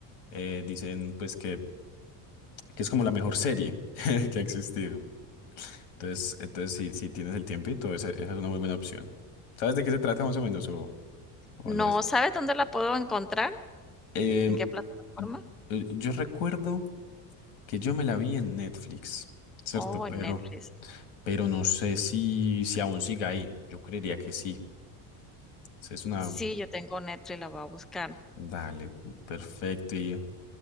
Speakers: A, on the left; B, in the centre.
A: eh, dicen pues que, que es como la mejor serie <laughs> que ha existido. Entonces, entonces si, si tienes el tiempito, esa, esa es una muy buena opción. ¿Sabes de qué se trata más o menos o, o
B: No,
A: lo es?
B: ¿sabes dónde la puedo encontrar?
A: Em,
B: ¿En qué plataforma?
A: yo yo recuerdo que yo me la vi en Netflix, ¿cierto?
B: Oh,
A: Pero...
B: en Netflix.
A: pero no sé si, si aún siga ahí. Yo creería que sí. Esa Es una...
B: Sí, yo tengo Netflix, la voy a buscar.
A: Dale, perfecto. Y,